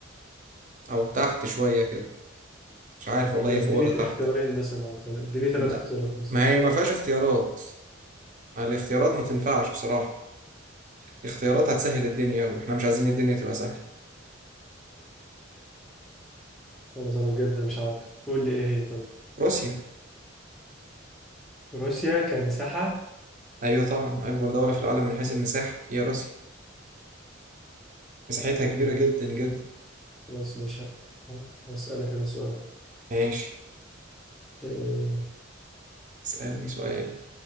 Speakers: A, on the right; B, in the centre.
A: أو تحت شوية كده مش عارف والله
B: طب
A: هي
B: اديني
A: فوق ولا تحت
B: اختيارين مثلا أو تل- اديني ثلاث
A: لا
B: اختيارات مثلا
A: ما هي ما فيهاش اختيارات الاختيارات ما تنفعش بصراحة الاختيارات هتسهل الدنيا واحنا مش عايزين الدنيا تبقى سهلة
B: خلاص أنا بجد مش عارف قول لي إيه هي طيب
A: روسيا
B: روسيا كمساحة
A: ايوه طبعا اكبر دولة في العالم من حيث المساحة هي روسيا مساحتها كبيرة
B: م،
A: جدا جدا
B: خلاص ماشي ه- هسألك أنا سؤال
A: ماشي
B: آه،
A: اسألني سؤال